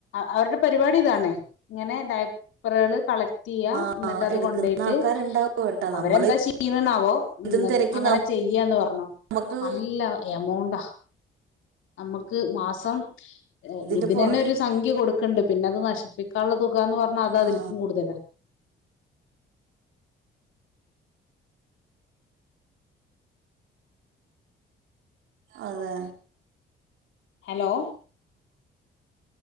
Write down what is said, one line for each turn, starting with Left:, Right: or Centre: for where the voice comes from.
Left: അവരുടെ പരിപാടി ഇതാണ് ഇങ്ങനെ ഡയപ്പറുകൾ കള ക്ട് ചെയ്യാ
Right: ആ
Left: എന്നിട്ട് അത്
Right: എടുക്കുന്ന
Left: കൊണ്ടോയിട്ട്
Right: ആൾക്കാരുണ്ടാവും കേട്ടോ
Left: അവരെന്താ
Right: നമ്മൾ
Left: ചെയീണാവോ എന്നിട്ട്
Right: ഇതും തിരക്കി
Left: അങ്ങനെ ചെയ്യാന്ന് പറഞ്ഞു
Right: നമുക്ക്
Left: നല്ല എമൗണ്ടാ നമ്മുക്ക് മാസം
Right: ഇതിന്റെ
Left: ഇതിനന്നെ
Right: പുറ
Left: ഒരു സംഖ്യ കൊടുക്കണ്ട് പിന്നെ അത് നശിപ്പിക്കാനുള്ളതും ന്ന് പറഞ്ഞാ അത് അതിൽ
Right: ആ
Left: കൂടുതലാ
Right: അതെ
Left: ഹലോ